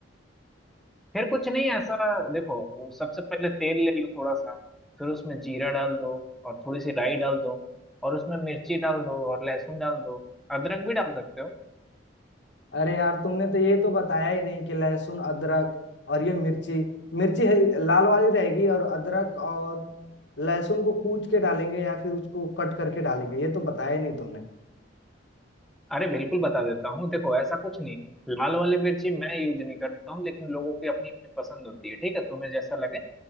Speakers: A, in the centre; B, on the left.
A: फिर कुछ नहीं ऐसा देखो वो सबसे पहले तेल ले लो थोड़ा सा फिर उसमें जीरा डाल दो और थोड़ी सी राई डाल दो और उसमें मिर्ची डाल दो और लहसुन डाल दो अदरक भी डाल सकते हो
B: अरे यार तुमने तो ये तो बताया ही नहीं कि लहसुन अदरक और ये मिर्ची मिर्ची है, लाल वाली रहेगी और अदरक और लहसुन को कूच के डालेंगे या फिर उसको कट करके डालेंगे ये तो बताया ही नहीं तुमने
A: अरे बिल्कुल बता देता हूँ देखो ऐसा कुछ नहीं लाल वाली मिर्ची मैं यूज नहीं करता हूँ लेकिन लोगों की अपनी अपनी पसंद होती है ठीक है तुम्हें जैसा लगे